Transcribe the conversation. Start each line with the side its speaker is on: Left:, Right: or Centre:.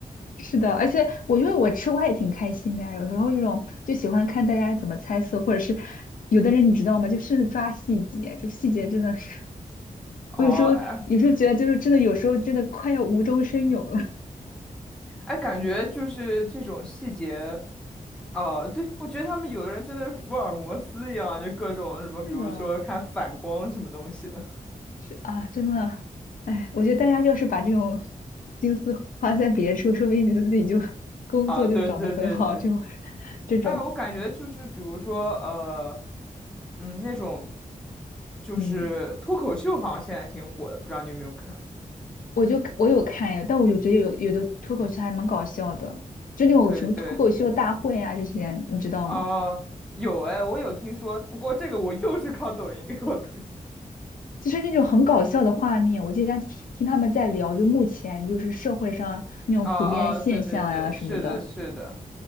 Left: 是的，而且我觉得我吃瓜也挺开心的呀，有时候这种就喜欢看大家怎么猜测，或者是有的人你知道吗？就是抓细节，就细节真的是，<laughs>
Centre: <laughs>
Left: 我有时候有时候觉得就是真的，
Centre: 哦，哎
Left: 有时候真的快要无中生有了。
Centre: 哎，感觉就是这种细节，哦、对，我觉得他们有的人真的是福尔摩斯一样，就各种什么，比如说看反光什么东西的。
Left: <laughs> 对的，是啊，真的，哎，我觉得大家就是把这种心思花在别处，说不定你自己就工作就找得很好，
Centre: <laughs> 啊，对对对对，
Left: 就这种，
Centre: 哎，我感觉就是比如说，呃，嗯，那种就是脱口秀，
Left: 嗯，
Centre: 好像现在挺火的，不知道你有没有看？
Left: 我就我有看，但我有觉得有有的脱口秀还蛮搞笑的，就那种什么脱口秀大会啊这些，
Centre: 对对，
Left: 你知道吗？
Centre: 啊、有哎，我有听说，不过这个我又是靠抖音给我推。
Left: 就是那种很搞笑的画面，我经常听听他们在聊，就目前就是社会上那种普遍现象呀、
Centre: <laughs> 啊啊，对对对，是的，
Left: 什么的，
Centre: 是的。